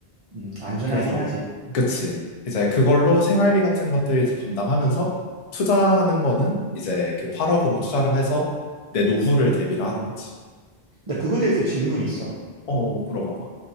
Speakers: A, on the right; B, on the left.
A: 음, 안전하긴
B: 그래서
A: 하지.
B: 그치 이제 그걸로 생활비 같은 것들 이제 감당하면서 투자하는 거는 이제 그 8억으로 투자를 해서 내 노후를 대비를 하는 거지.
A: 나 그거에 대해서 질문 있어.
B: 어, 물어봐봐.